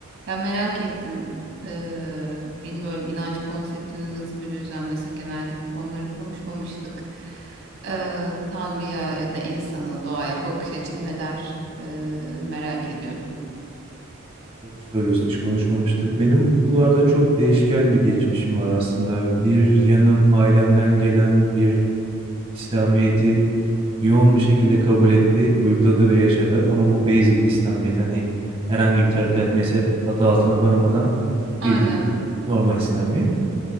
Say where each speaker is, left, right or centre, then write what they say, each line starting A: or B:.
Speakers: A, on the right; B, on the right.
A: Ya merak ettim. Ee, bilmiyorum inanç konseptinde nasıl bir düzlemdesin. Genellikle bu konuları konuşmamıştık. Ee, Tanrı'ya ya da insana, doğaya bakış açın neler Ee, merak ediyorum.
B: Doğru söylüyorsun hiç konuşmamıştık. Benim bu kulvarda çok değişken bir geçmişim var aslında. Bir yanım ailemden gelen bir İslamiyet'i yoğun bir şekilde kabul etti, uyguladı ve yaşadı. Ama bu basic İslamiyet hani herhangi bir tarikat mezhep adı altına baramadan
A: Aynen.
B: bildiğim normal İslamiyet.